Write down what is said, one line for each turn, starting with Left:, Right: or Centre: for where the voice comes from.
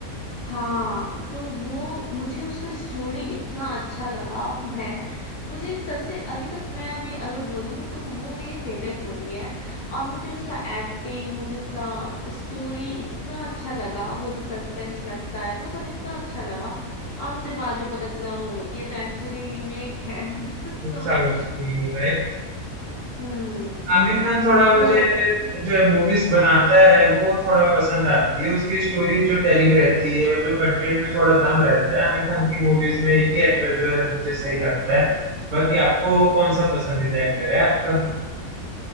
Left: हाँ तो वो मुझे उसका स्टोरी इतना अच्छा लगा मैं मुझे सबसे अभी तक मैं अभी अगर बोलूँ तो वो मेरी फेवरेट मूवी है और मुझे उसका एक्टिंग मुझे उसका स्टोरी इतना अच्छा लगा वो जो सस्पेंस लगता है वो सब इतना अच्छा लगा और मुझे बाद में पता चला ओ ये तो एक्चुअली रीमेक है <laughs> तो
Right: साउथ की राइट
Left: हम्म
Right: आमिर खान थोड़ा
Left: तो
Right: मुझे जो है मूवीज बनाता है वो थोड़ा पसंद आती है उसकी स्टोरी जो टेलिंग रहती है और जो कंटेंट में थोड़ा दम रहता है आमिर खान की मूवीज में एक ही एक्टर जो है मुझे सही लगता है बाकी आपको कौन सा पसंदीदा एक्टर है आपका